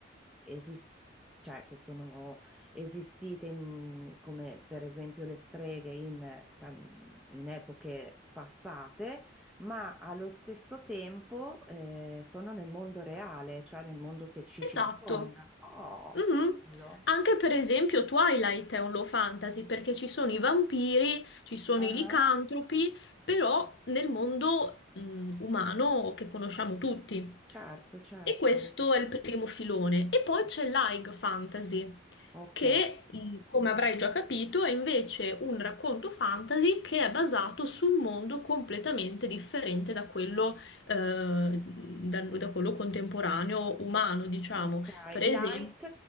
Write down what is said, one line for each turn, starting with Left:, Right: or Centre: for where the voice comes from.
Centre: esis- cioè, che sono esistite in- come per esempio le streghe in tan- in epoche passate ma allo stesso tempo eh, sono nel mondo reale, cioè nel mondo che ci
Left: Esatto.
Centre: circonda. Oh,
Left: Mhm.
Centre: bello.
Left: Anche per esempio Twilight è un low fantasy perché ci sono i vampiri, ci sono
Centre: Ah,
Left: i licantropi, però nel mondo mh, umano che conosciamo tutti.
Centre: certo, certo.
Left: E questo è il primo filone. E poi
Centre: Oh,
Left: c'è l'High Fantasy,
Centre: Ok,
Left: che, mh, come avrai già capito, è invece un racconto fantasy che è basato su un mondo completamente differente da quello, eh, da da quello contemporaneo umano, diciamo.
Centre: ok.
Left: Per esempio,
Centre: Light,